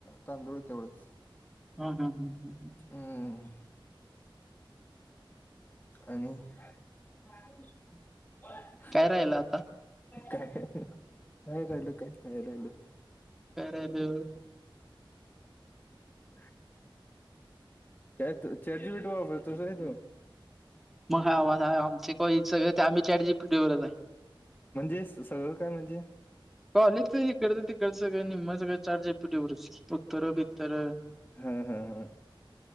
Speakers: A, on the left (about 20°); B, in the centre.
A: तांदूळ तेवढंच.
B: हुंहुं हुं हुं.
A: हुं. आणि <inaudible>
B: काय राहिलं आता?
A: काय काय राहिलं काय काय राहिलं.
B: करायलो.
A: <inaudible> काय तू चाट जी पी टी वापरतोस होय तू?
B: मग हां <inaudible> आमचे <inaudible> सगळे ते आम्ही चाट जीपीटी वरच हाय.
A: म्हणजे स सगळं काय म्हणजे?
B: कॉलेच तरी करतं ते करचं का नि म सग का चार्जे पवर उत्तर बित्तर <unintelligible>
A: हा हा हा,